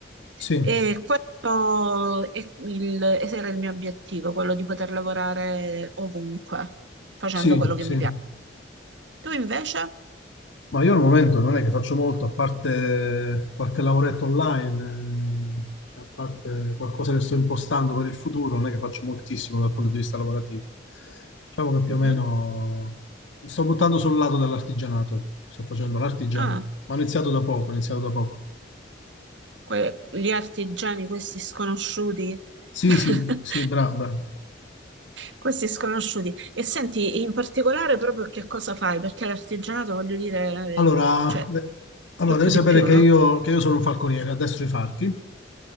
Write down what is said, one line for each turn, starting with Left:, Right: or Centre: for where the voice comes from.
Left: Sì,
Right: E questo è il, ed era il mio obiettivo, quello di poter lavorare ovunque, facendo
Left: sì,
Right: quello che
Left: sì.
Right: mi piace. Tu invece?
Left: Ma io al momento non è che faccio molto, a parte qualche lavoretto online, eh, a parte qualcosa che sto impostando per il futuro, non è che faccio moltissimo dal punto di vista lavorativo. Diciamo che più
Right: Mhm.
Left: o meno mi sto buttando sul lato dell'artigianato, ecco. sto facendo l'artigiano,
Right: Ah.
Left: ma ho iniziato da poco, ho iniziato da poco.
Right: que- gli artigiani, questi sconosciuti,
Left: Sì,
Right: <laughs>
Left: sì, sì, brava. brava.
Right: questi sconosciuti. E senti, in particolare proprio che cosa fai? Perché l'artigianato, voglio dire,
Left: Allora,
Right: eh, cioè,
Left: beh, allora,
Right: di tutto
Left: devi sapere
Right: di più,
Left: che
Right: no?
Left: io, che io sono un falconiere, addestro i falchi,